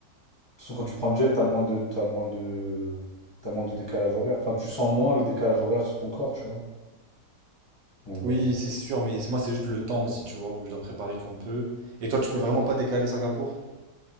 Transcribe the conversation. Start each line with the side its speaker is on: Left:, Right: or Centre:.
Left: toute façon, quand tu prends le jet, t'as moins de... t'as moins de... t'as moins de décalage horaire. Enfin, tu sens moins le décalage horaire sur ton corps, tu vois. Donc, bon.
Right: Oui, c'est sûr, mais moi, c'est juste le temps aussi, tu vois, vu que je dois préparer tout un peu. Et toi, tu peux vraiment pas décaler Singapour?